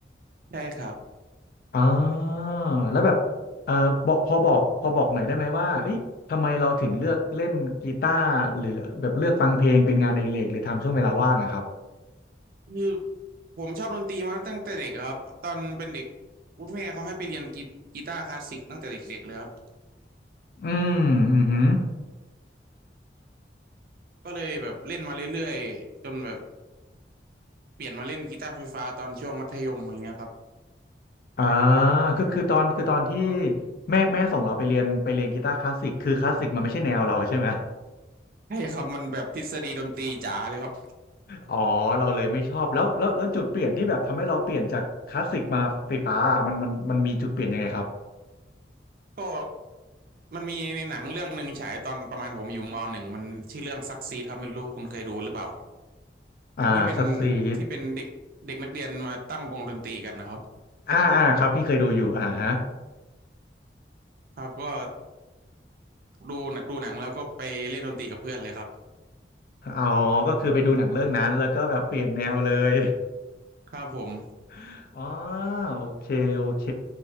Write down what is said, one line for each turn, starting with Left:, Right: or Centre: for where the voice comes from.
Right: ใช่ครับ
Left: อ่าแล้วแบบเออบอกพอบอกพอบอกหน่อยได้ไหมว่าเอ้ยทำไมเราถึงเลือกเล่นกีตาร์หรือแบบเลือกฟังเพลงเป็นงานอดิเรกหรือทำช่วงเวลาว่างอะครับ
Right: คือผมชอบดนตรีมาตั้งแต่เด็กครับตอนเป็นเด็กคุณแม่เขาให้ไปเรียนกีกีตาร์คลาสสิกตั้งแต่เด็กๆเลยครับ
Left: อืมอือหือ
Right: ก็เลยแบบเล่นมาเรื่อยๆจนแบบเปลี่ยนมาเล่นกีตาร์ไฟฟ้าตอนช่วงมัธยมอย่างเงี้ยครับ
Left: อ่าคือคือตอนคือตอนที่แม่แม่ส่งเราไปเรียนไปเรียนกีตาร์คลาสสิกคือคลาสสิกมันไม่ใช่แนวเราใช่ไหม
Right: ใช่ครับมันแบบทฤษฎีดนตรีจ๋าเลยครับ
Left: อ๋อเราเลยไม่ชอบแล้วแล้วแล้วจุดเปลี่ยนที่แบบทำให้เราเปลี่ยนจากคลาสสิกมาไฟฟ้าอะมันมันมันมีจุดเปลี่ยนยังไงครับ
Right: ก็มันมีในหนังเรื่องหนึ่งฉายตอนประมาณผมอยู่มหนึ่งมันชื่อเรื่องซักซีดครับไม่รู้ว่าคุณเคยดูหรือเปล่า
Left: อ่าสตรีท
Right: ที่เป็นที่เป็นเด็กเด็กนักเรียนมาตั้งวงดนตรีกันนะครับ
Left: อ่าอ่าครับพี่เคยดูอยู่อ่าฮะ
Right: ครับก็ดูดูหนังแล้วก็ไปเล่นดนตรีกับเพื่อนเลยครับ
Left: อ๋อก็คือไปดูหนังเรื่องนั้นแล้วก็แบบเปลี่ยนแนวเลย
Right: ครับผม
Left: <laughs> อ๋อโอเคโอเค